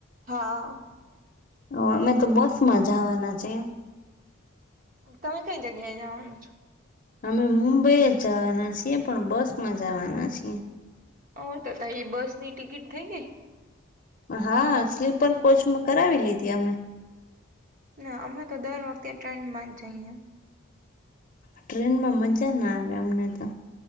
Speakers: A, on the right (about 40°); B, on the left (about 40°).
A: હા.
B: હ અમે તો બસ માં જવાના છે.
A: તમે કઈ જગ્યાએ જવાના છો?
B: અમે મુંબઈ જ જવાના છીએ પણ બસ માં જવાના છીએ.
A: હ તો તારી બસ ની ટિકિટ થઈ ગઈ.
B: હા સ્લીપર કોચમાં કરાવી લીધી અમે.
A: ના અમે તો દર વખતે ટ્રેનમાં જઈએ.
B: ટ્રેનમાં મજા ના આવે અમને તો.